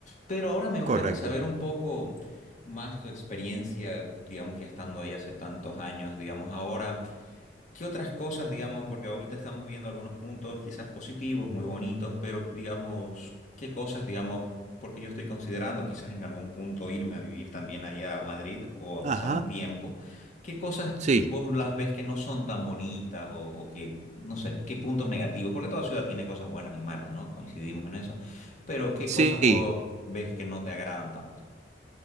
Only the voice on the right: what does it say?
Correcto.
Ajá.
Sí,
sí.